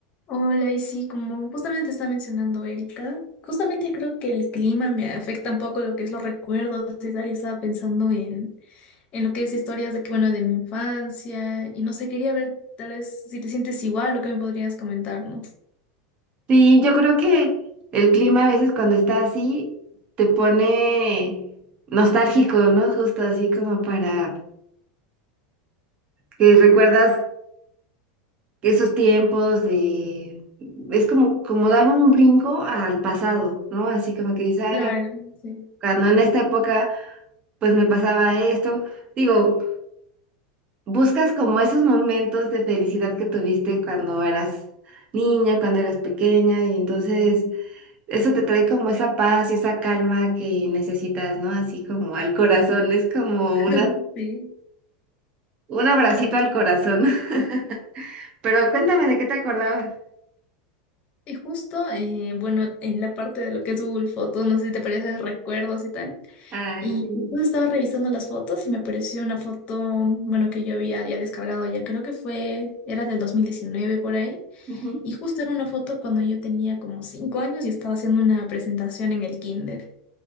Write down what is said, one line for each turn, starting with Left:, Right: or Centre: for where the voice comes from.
Left: Hola, y sí, como justamente está mencionando Erika, justamente creo que el clima me afecta un poco lo que es los recuerdos y tal, y estaba pensando en, en lo que es historias de, que, bueno, de mi infancia, y no sé, quería ver tal vez si te sientes igual o qué me podrías comentar, ¿no?
Right: Sí, yo creo que el clima a veces cuando está así te pone nostálgico, ¿no? Justo así como para que recuerdas que esos tiempos de... Es como, como dar un brinco al pasado, ¿no? Así como que dices, "Ay,
Left: Claro,
Right: me-
Left: sí.
Right: cuando en esta época pues me pasaba esto. Digo, buscas como esos momentos de felicidad que tuviste cuando eras niña, cuando eras pequeña y entonces... Eso te trae como esa paz y esa calma que necesitas, ¿no? Así como al corazón, es como
Left: <laughs>
Right: una,
Left: Sí.
Right: un abracito al corazón. <laughs> Pero cuéntame de qué te acordabas.
Left: Y justo, eh, bueno, en la parte de lo que es Google Fotos, no sé si te parece recuerdos y tal.
Right: Ah,
Left: Y
Right: sí.
Left: después estaba revisando las fotos y me apareció una foto, bueno, que yo había ya descargado ya, creo que fue, era del 2019 por ahí,
Right: Ujú.
Left: y justo era una foto cuando yo tenía como cinco años y estaba haciendo una presentación en el kinder.